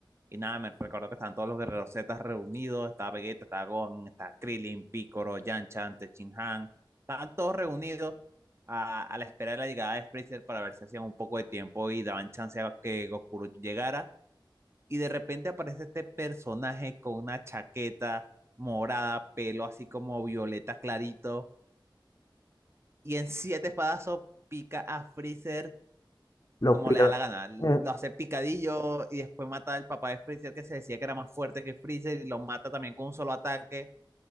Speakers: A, on the right; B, on the left.
A: Y nada, me recuerdo que estaban todos los guerreros Z reunidos, estaba Vegeta, estaba Gohan, estaba Krillin, Picoro, Yanchan, Tenshinhan, estaban todos reunidos a, a la espera de la llegada de Freezer para ver si hacían un poco de tiempo y daban chance a que Goku llegara. Y de repente aparece este personaje con una chaqueta morada, pelo así como violeta clarito, y en siete espadazos pica a Freezer
B: lo
A: como
B: pica.
A: le da la gana. Lo
B: Mm.
A: hace picadillo y después mata al papá de Freezer que se decía que era más fuerte que Freezer y lo mata también con un solo ataque.